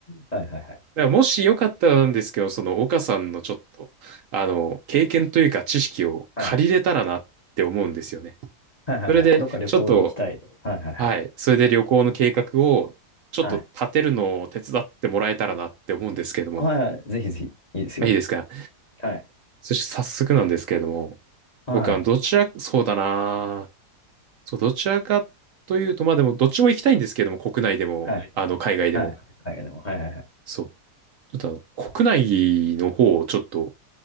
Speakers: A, on the left; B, on the right.
A: はいはいはい。
B: だからもしよかったらなんですけど、その岡さんのちょっと、あの、経験というか知識を借りれたらなって思うんですよね。
A: はい。はいはいはい。
B: それで、
A: どっか旅行行きたい。
B: ちょっと、
A: はいはいはい。
B: はい。それで旅行の計画をちょっと立てるのを手伝ってもらえたらなって思うんですけども。
A: はい。はいはい。ぜひぜひ。いいですよ。
B: あいいですか。
A: はい。
B: そして早速なんですけれども、
A: はい。
B: 僕はどちら、そうだな。そう、どちらかというと、まあでもどっちも行きたいんですけども、国内でも、
A: ははい。い。
B: あの、海外でも。
A: はい。海外でも。はいはいはい。
B: そう。ちょっとあの、国内の方をちょっと、